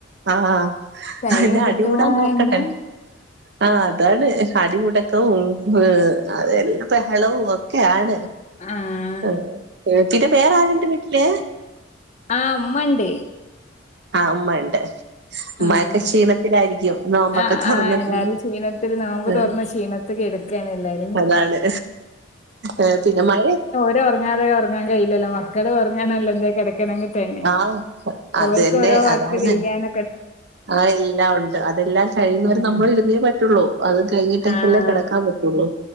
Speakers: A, on the right; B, on the left.
A: ആ ആ
B: ടൈമ്
A: അല്ല
B: കിട്ടുമ്പോ
A: അടികൂടാൻ നോക്കണ്ടൽ
B: തന്നെ
A: ആ അതാണ് അടി മുടക്കവും ഹ് അതെല്ലാം ബഹളവും ഒക്കെ ആണ്
B: ആഹ്
A: ഹ് പിന്നെ വേറെ ആരുണ്ട് വീട്ടില്
B: ആ ഉമ്മണ്ട്
A: ആ ഉമ്മ ണ്ട് ഉമ്മയൊക്കെ
B: ആഹ്
A: ക്ഷീണ ത്തിലായിരിക്കും നോമ്പൊക്കെ
B: ആഹ്
A: തൊറന്നിട്ട്
B: ആഹ് എല്ലാരും ക്ഷീണത്തിൽ നോമ്പ്
A: ഏ
B: തുറന്ന് ക്ഷീണത്ത് കെടക്കാണ് എല്ലാരും
A: അതാണ് ഏ പിന്നെ മഴെ
B: തെ ഒറങ്ങാതെ ഒറങ്ങാൻ കഴിയില്ലല്ലോ മക്കള് ഒറങ്ങണല്ലൊ ന്തേ കെട ക്കണങ്ങി തന്നെ
A: ആഹ് അതന്നെ
B: ഓൽക്ക് ഓരോ വർക്ക്
A: അതാണ്
B: ചെയ്യാന
A: ആ എല്ലാ ഉണ്ട് അതെല്ലാം കഴിയുന്നവരെ
B: ഉം
A: നമ്മളിരുന്നേ പറ്റൊള്ളൂ അത് കെഴിഞ്ഞിട്ടേക്കല്ലേ
B: ആഹ്
A: കെടക്കാൻ പറ്റൊള്ളൂ